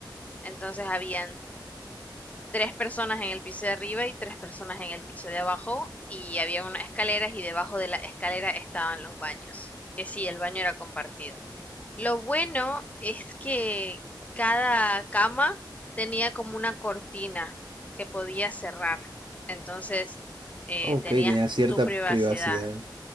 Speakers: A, on the left; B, on the right.
A: Entonces habían tres personas en el piso de arriba y tres personas en el piso de abajo y había unas escaleras y debajo de la escalera estaban los baños, que sí, el baño era compartido. Lo bueno es que cada cama tenía como una cortina que podías cerrar, entonces eh,
B: Ok,
A: tenías
B: tenía cierta
A: tu privacidad
B: privacidad.